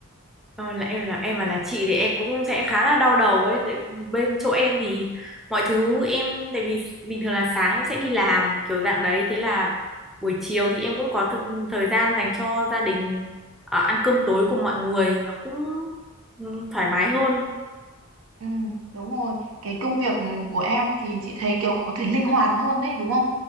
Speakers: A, in the centre; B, on the right.
A: Ờ, là em là em mà là chị thì em cũng sẽ khá là đau đầu ấy tại bên chỗ em thì mọi thứ em tại vì bình thường là sáng em sẽ đi làm kiểu dạng đấy thế là buổi chiều thì em cũng có th- thời gian dành cho gia đình ờ, ăn cơm tối cùng mọi người nó cũng ừ, thoải mái hơn
B: Ừ, đúng rồi. Cái công việc của em thì chị thấy kiểu có thể linh hoạt hơn đấy, đúng không?